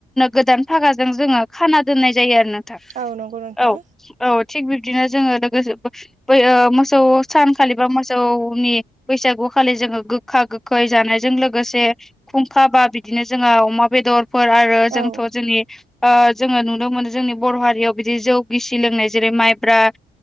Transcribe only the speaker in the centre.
गोदान फागाजों जोङो खाना दोननाय जायो आरो नों था
औ औ थिग बिबदिनो जोङो लोगोसे बै मोसौ, सानखालि बा मोसौनि बैसागुखालि जोङो गोखा गोखै जानायजों लोग लोगोसे खुंखा बा बिदिनो जोंहा अमा बेदरफोर आरो जोंथ'
जोंनि, ओ जोङो नुनो मोनो जोंनि बर' हारियाव बिदि जौ गिसि लोंनाय जेरै माइब्रा,